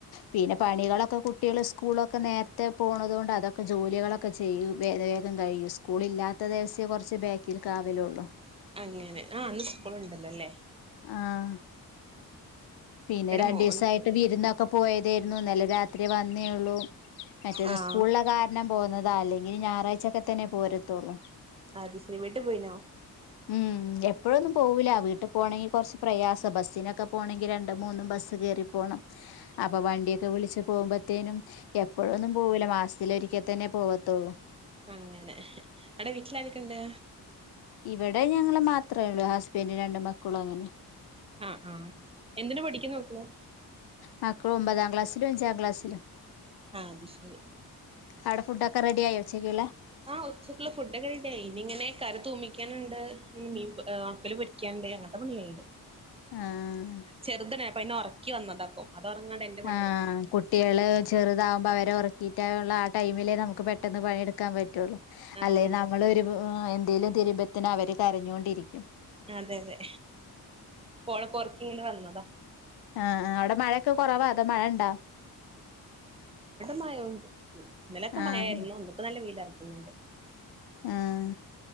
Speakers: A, on the left (about 70°); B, on the right (about 15°).
A: പിന്നെ പണികളൊക്കെ കുട്ടികള് സ്കൂളൊക്കെ നേരത്തെ പോണത് കൊണ്ട് അതൊക്കെ ജോലികളൊക്കെ ചെയ്യു വേഗം കഴിയൂ സ്കൂൾ ഇല്ലാത്ത ദിവസേ കുറച്ച് ബാക്കിലെകാവലുള്ളു
B: അങ്ങനെ ആ അന്ന് സ്കൂള് ഉണ്ടല്ലോല്ലേ
A: ആഹ പിന്നെ
B: ഇവിടെ
A: രണ്ടിസായിട്ട്
B: മോൻക്ക്ണ്ട്
A: വിരുന്നൊക്കെ പോയ ഇന്നലെരാത്രി വന്നേള്ളൂ മറ്റേന
B: ആഹ്
A: സ്കൂളിലെ കാരണം പോകുന്നത് അതാ അല്ലെങ്കിൽ ഞായറാഴ്ചൊക്കെത്തന്നെ പോരുത്തുള്ളൂ
B: അതശിരി വീട്ടി പോയിനോ
A: ഉ എപ്പോഴൊന്നും പോവൂല്ല വീട്ടും പോണെങ്കി കുറച്ച് പ്രയാസ ബസ്സിനൊക്കെ പോണെങ്കി രണ്ടും മൂന്നും ബസ്സ് കയറി പോകണം അപ്പോ വണ്ടിയക്കെ- വിളിച്ചു പോകുമ്പത്തേനും എപ്പോഴൊന്നും പോവൂല മാസത്തില് ഒരിക്കേത്തന്നെ പോവത്തോള്ളൂ
B: അങ്ങനെ നിങ്ങടെ വീട്ടില് ആരൊക്കോണ്ട്
A: ഇവിടെ ഞങ്ങള് മാത്രമേ ഉള്ളൂ ഹസ്ബൻഡും രണ്ട് മക്കളും അങ്ങനെ
B: ആ ആഹ എന്തിന് പഠിക്ക്ന്ന് മക്കള്
A: മക്കള് ഒമ്പതാം ക്ലാസ്സിലും അഞ്ചാം ക്ലാസ്സിലും
B: ആ അത് ശരി
A: അവിടെ ഫുഡോക്കെ റെഡിയായോ ഉച്ചക്കുളേ
B: ആഹ ഉച്ചക്കുള്ള ഫുഡോക്കെ റെഡിയായി ഇനി ഇങ്ങനെ കറി തൂമിക്കാനുണ്ട് മീൻ ഒണക്കൽ പൊരിക്കാന് അങ്ങനത്തെ പണികയിണ്ട്
A: ആഹ
B: ചെറുതനെ അപ്പൊ അനേ ഉറക്കി വന്നതാ അപ്പൊ അത് ഉറങ്ങാണ്ട് എന്റെ പണിയെടുക്കുള്ളൂ
A: ആഹ കുട്ടികള് ചെറുതാവുമ്പോ അവരെ ഉറക്കിട്ടയ്യുള്ള ആ ടൈമ് ലേ നമക്ക് പെട്ടന്ന് പണിഎടുക്കാൻ പറ്റുള്ളൂ
B: ആഹ്
A: അല്ലേ
B: അതെ
A: നമ്മളൊരു എന്തേലും തിരിമ്പത്തന്നെ അവര് കരഞ്ഞോകൊണ്ടിരിക്കും
B: അതെ അതെ പോളെ പൊറക്കി ഇങ്ങോട് വന്നതാ
A: ആഹ ആഹ അവിടെ മഴൊക്കെ കുറവാ അതോ മഴ ഇണ്ടാ
B: മയയുണ്ട് ഇന്നലൊക്കെ
A: ആഹ്
B: മഴയിന്ന ഇന്നുഒണ്ട് ഇപ്പോനല്ല വെയിലറക്കുന്നുണ്ട്
A: ആഹ